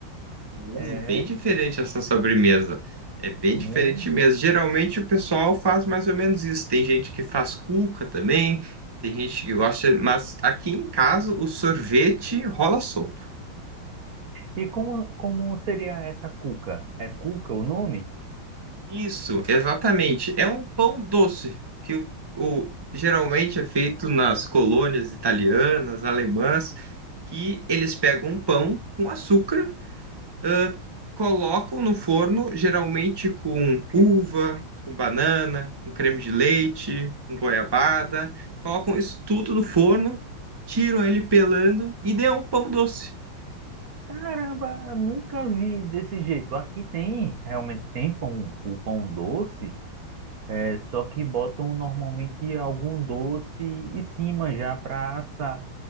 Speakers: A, on the right; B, on the right.
A: É
B: É
A: bem diferente essa sobremesa. É bem
B: muito.
A: diferente mesmo. Geralmente o pessoal faz mais ou menos isso. Tem gente que faz cuca também, tem gente que gosta, mas aqui em casa o sorvete rola solto.
B: E como, como seria essa cuca? É cuca o nome?
A: Isso, exatamente. É um pão doce que o, o- geralmente é feito nas colônias italianas, alemãs, que eles pegam um pão com açúcar, ãh, colocam no forno, geralmente com uva, com banana, com creme de leite, com goiabada, colocam isso tudo no forno, tiram ele pelando e dê um pão doce.
B: Caramba, eu nunca vi desse jeito. Aqui tem, realmente tem pão, o pão doce. É só que botam normalmente algum doce em cima já para assar.